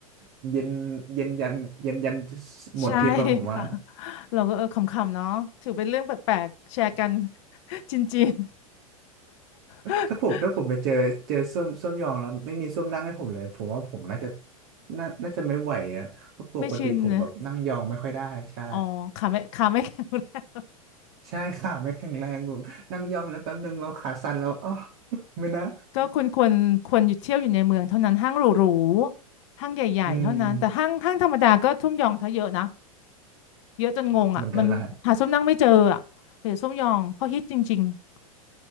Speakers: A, on the right; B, on the left.
A: เย็นเย็นยันเย็นยันหมดทริปอะผมว่า
B: ใช่ค่ะเราก็เออขำๆเนาะถือเป็นเรื่องแปลกๆแชร์กัน <laughs> จินจิน <laughs>
A: ถ้าผมถ้าผมไปเจอเจอส้วมส้วมยองแล้วไม่มีส้วมนั่งให้ผมเลยผมว่าผมน่าจะน่าน่าจะไม่ไหวอะเพราะปกติผมแบบนั่งยองไม่ค่อยได้ใช่
B: ไม่ชินนะอ๋อขาไม่ขาไม่แข็งแรง
A: ใช่ขาไม่แข็งแรงแบบนั่งย่องแล้วแป๊บนึงแบบขาสั่นแล้วอ๋อไม่นะ
B: ก็ควรควรควรหยุดเที่ยวอยู่ในเมืองเท่านั้นห้างหรูๆห้างใหญ่ๆเท่านั้นแต่ห้างห้างธรรมดาก็ทุ่มยองเธอเยอะนะ
A: อืม
B: เยอะจนงงอ่ะมันหาส้มนั่งไม่เจออ่ะเดี๋ยวส้มยองเขาฮิตจริงๆ
A: เหมือนกันล่ะ